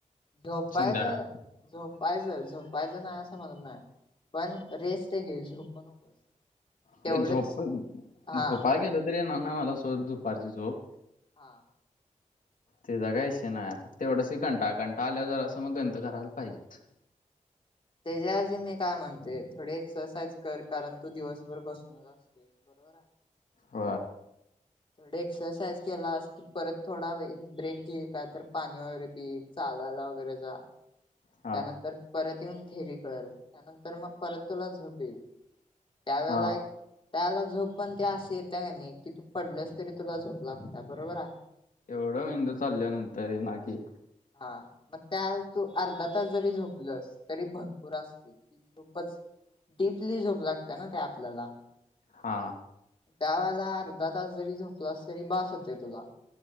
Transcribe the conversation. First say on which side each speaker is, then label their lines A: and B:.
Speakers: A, on the left; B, on the left.
A: झोपायचं
B: संध्याकाळ
A: झोपायचं झोपायचं नाही असं म्हणत नाही पण रेस्ट घे झोप नकोस तेवढंच
B: ते झोप
A: हा
B: झोपा गेल तरी आहे ना मला सो दुपारची चोक
A: हा
B: तेचा काहीषय नाही फ तेवढस कंटा कंटा आल्या जरा असं मग गंत करायला पाहिजे
A: त्याच्याऐवजी मी काय म्हणते थोडी एक्सरसाइज कर कारण तू दिवसभर बसूनच असतेस बरोबर
B: ह
A: थोडी एक्सरसाइज केला अस की परत थोडा ब्रेक घेईल का तर पाणी वगैरे पि चालायला वगैरे जा
B: हा
A: त्यानंतर परत ऊन थेरी कर त्यानंतर मग परत तुला झोपल त्यावेला
B: हा
A: एक त्याला झोप पण ते अशी येते का नाही कि तू पडलस तरी तुला झोप लागते बरोबर आहे
B: एवढं मेंदू चालल्या नंतर ये ना की
A: हा मग त्या तू अर्धा तास जरी झोपलस तरी भरपूर असते त खूपच डडीपली झोप लागते ना त्या आपल्याला
B: हा
A: त्या वेळेला अर्धा तास जरी झोपलास तरी बास होते तुला